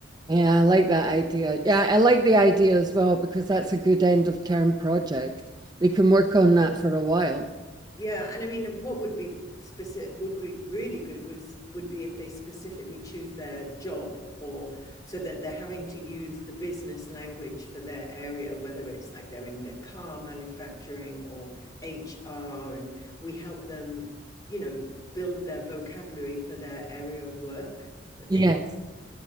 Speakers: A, on the right; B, on the left.
A: Yeah, I like that idea. Yeah, I like the idea as well because that's a good end of term project. We can work on that for a while.
B: Yeah, and I mean, what would be specific would be really good was would be if they specifically choose their job or so that they're having to use the business language for their area, whether it's like they're in the car manufacturing or HR, and we help them, you know, build their vocabulary for their area of work that
A: Yeah.
B: they can